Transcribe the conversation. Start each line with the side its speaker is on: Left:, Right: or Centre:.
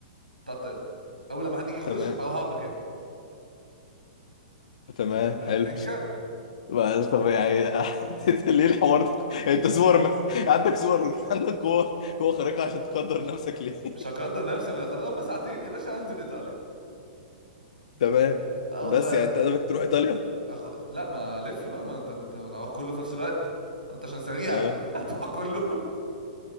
Right: بتاع الطياره اول لما حد يجي يخش
Left: تمام
Right: هروح اقعد مكانه
Left: تمام
Right: شوف ال-
Left: حلو
Right: الحنكه
Left: بقى طب يعني <laughs> ليه الحوار ده انت سوبر مان. عندك سوبر عندك قوه قوه خارقه عشان تقدر نفسك ليه
Right: مش هقدر نفسي انا خلاص هم ساعتين يا باشا هنزل ايطاليا
Left: <laughs> تمام
Right: اروح
Left: بس
Right: بقى
Left: يعني
Right: أج-
Left: انت هدفك تروح ايطاليا
Right: أخ... لا ما الف بقى ما انت ما انت انا هروح كله في نفس الوقت ما انت عشان سريع
Left: اه
Right: <laughs> هتروح كله